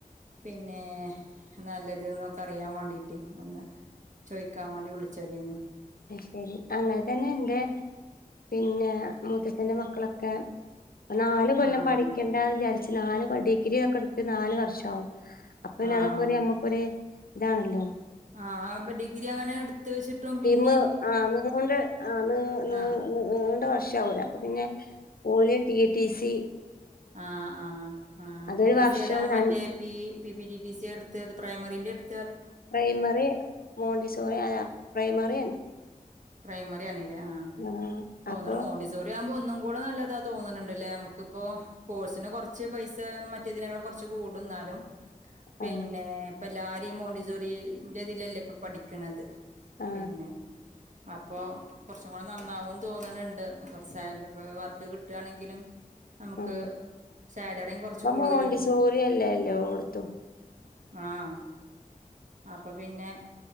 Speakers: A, on the right; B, on the left.
A: പിന്നെ നല്ലത്‌നൊക്കെ അറിയാൻ വേണ്ടീട്ട് ഒന്ന് ചോയ്ക്കാൻ വാണ്ടി വിളിച്ചതെയ്ന്നു.
B: അയ് ശെരി അങ്ങനെ തന്നെ ഇന്റെ പിന്നെ മൂത്തച്ചൻ്റെ മക്കളൊക്കെ നാല് കൊല്ലം
A: ആഹ്
B: പഠിക്കെണ്ടാ വിചാരിച്ച് നാല് ഡിഗ്രി ഒക്കെ എടുത്ത് നാല് വർഷാവും. അപ്പന്
A: ആഹ്
B: അതൊക്കൊര് അമ്മക്കൊര് ഇതാണല്ലോ.
A: ആഹ് അപ്പ ഡിഗ്രി അങ്ങനെ എടുത്ത്ച്ചിട്ടും പിൻ
B: മ് ആ <unintelligible> ആ ന് ന്
A: ആഹ്
B: ന് നീണ്ട വഷാവൂല അപ്പ പിന്നെ ഓല് ടി യ ടീസ്.
A: ആ ആ ആ
B: അതൊരു
A: ടി. ടി.
B: വർഷം
A: സി ഏതാണ്
B: ര
A: മറ്റേ P P. T. T. C എടുത്തെ പ്രൈമറിന്റെ എടു
B: പ്രൈമറി മോണ്ടി സോറിയായ പ്രൈമറിയാണ്.
A: പ്രൈമറി ആണ് ല്ലേ ആഹ്
B: ആ
A: തോന്ന്ണ്
B: അപ്പൊ
A: മോണ്ടിസേറി ആവുമ്പോ ഒൻ ഒന്നും കൂടെ നല്ലതാ തോന്ന്ണണ്ട് ല്ലെ നമ്ക്കിപ്പോ, കോഴ്സിന് കുറച്ച് പൈസ മറ്റെതിനെകാളും കൊറച്ച് കൂടു എന്നാലും പിന്നെ
B: ആ
A: ഇപ്പല്ലാരിം മോണ്ടിസോറി ൻ്റതിലല്ലേ ഇപ്പ പഠിക്കണത്.
B: ആ
A: പിന്നെ അപ്പോ കുറച്ചും കൂടെ നന്നാവുന്ന് തോന്നുണണ്ട് <unintelligible> വർക്ക് കിട്ടൃണെങ്കിലും നമുക്ക്
B: ആ
A: സാലറിം കുറച്ച്
B: ഇപ്പൊ
A: കൂടുതലുണ്ട്.
B: മോണ്ടിസോറി അല്ലേ എല്ലോടത്തും
A: ആഹ് അപ്പ, പിന്നെ